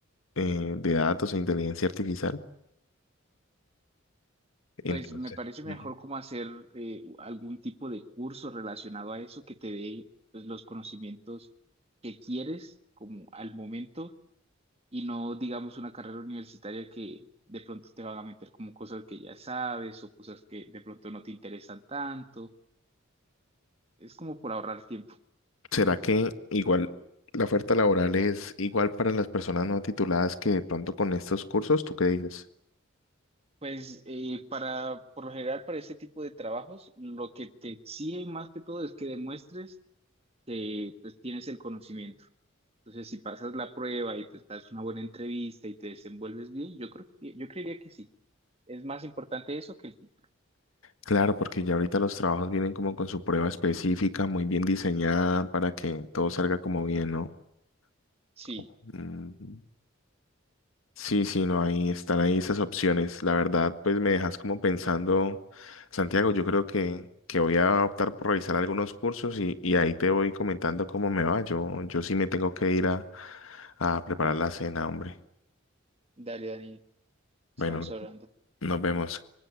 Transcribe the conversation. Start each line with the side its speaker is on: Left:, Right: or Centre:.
Left: eh, de datos e inteligencia artificial, entonces...
Right: Pues me parece
Left: ujú.
Right: mejor como hacer eh, algún tipo de curso relacionado a eso que te dé pues, los conocimientos que quieres como al momento y no digamos una carrera universitaria que de pronto te van a meter como cosas que ya sabes o cosas que de pronto no te interesan tanto. Es como por ahorrar tiempo.
Left: ¿Será que igual la oferta laboral es igual para las personas no tituladas que de pronto con estos cursos? ¿Tú qué dices?
Right: Pues eh, para, por lo general para ese tipo de trabajos lo que te exigen más que todo es que demuestres que pues, tienes el conocimiento. Entonces, si pasas la prueba y pues das una buena entrevista y te desenvuelves bien, yo creo que, yo creería que sí. Es más importante eso que el título.
Left: Claro, porque ya ahorita los trabajos vienen como con su prueba específica, muy bien diseñada para que todo salga como bien, ¿no? Como-
Right: Sí,
Left: Ujú. Sí, sí, no, ahí están ahí esas opciones. La verdad, pues me dejas como pensando, Santiago, yo creo que, que voy a optar por revisar algunos cursos y, y ahí te voy comentando cómo me va. Yo, yo sí me tengo que ir a, a preparar la cena, hombre.
Right: dale, Dani, estamos
Left: Bueno,
Right: hablando.
Left: Nos vemos.